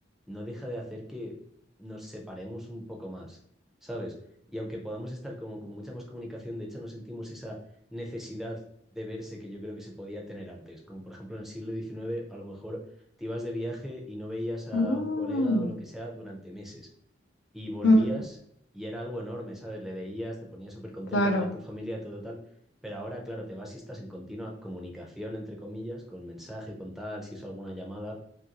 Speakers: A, in the centre; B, on the left.
A: no deja de hacer que nos separemos un poco más, ¿sabes? Y aunque podamos estar como con mucha más comunicación, de hecho no sentimos esa necesidad de verse que yo creo que se podía tener antes. Como por ejemplo en el siglo XIX, a lo mejor te ibas de viaje y no veías a
B: Mm,
A: un colega o lo que sea durante meses y volvías
B: mm,
A: y era algo enorme, ¿sabes? Le veías, te ponías súper contento
B: claro.
A: a toda tu familia, todo tal. Pero ahora, claro, te vas y estás en continua comunicación, entre comillas, con mensaje, con tal, si hizo alguna llamada.